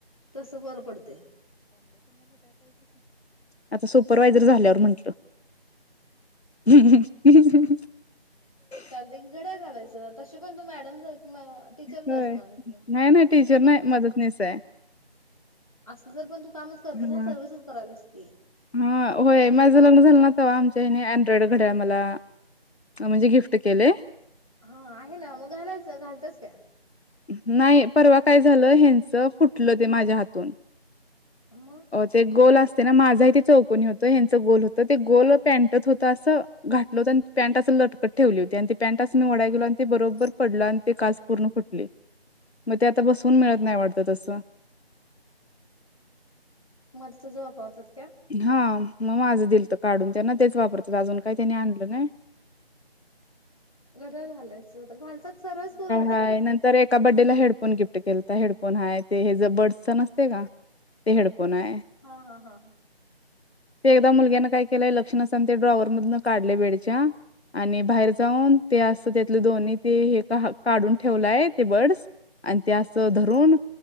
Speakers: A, on the left; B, on the left.
A: तस बरं पडत य.
B: आता सुपरवायझर झाल्यावर म्हटलं. हम्म ह. <inaudible>
A: ते गड्या घालायचं तशी पण तू मॅडम सारखे मॅ ''--'' टीचर्स
B: होय
A: आहेस मलाच
B: नाही नाही टीचर
A: एखादं
B: नाही
A: म्हण.
B: मदतनीस आहे
A: असल तर पण तू कामच करतेस
B: हा
A: ना सर्विसच करायलास की,
B: हा, होय माझं लग्न झालं नावा आमच्या हेनी अँड्रॉइड घडयाळ मला. म्हणजे गिफ्ट केलेय.
A: हा, आहे ना मग घालायचं घालतोस काय?
B: नाही परवा काय झालं हच फुटलं ते माझ्या हातून.
A: मग.
B: ते गोल असते ना माझाही ते चौकनी होत ह्यांचं गोल होतं ते गोल पॅटत होत असं घाट ''--'' होत पॅ्ट असं लटकट ठेवली होती आणि ते पँट असं मी वडाय गेलो आणि ते बरोबर पडला आणि ते काच पूर्ण फुटली. मग ते आता बसवून मिळत नाही वाटत तसं.
A: मध्ये तुझं वापरतात का?
B: हा मग माझं दिलत काढून त्यांना, तेच वापरतात अजून काही त्यांनी आणलं नाही.
A: घड्याळ घालायचं, आता घालतात सर्वच पोरी घड्याळ
B: हाय
A: घालतात.
B: नंतर एका बड्डेला हेडफोन गिफ्ट केलता, हेडफोन हाय, ते हेज बर्डसचा नसतय का? ते हेडफोन हाय,
A: हा हा हा हा
B: ते एकदा मुलग्यान काय केलं, ते लक्ष नसताना ते ड्रॉवर मधंन काढल बेडच्या आणि बाहेर जाऊन ते असत त्यात दोन्ही ते हे, भाग काढून ठेवलाय ते बर्ड्स, आणि ते असं धरून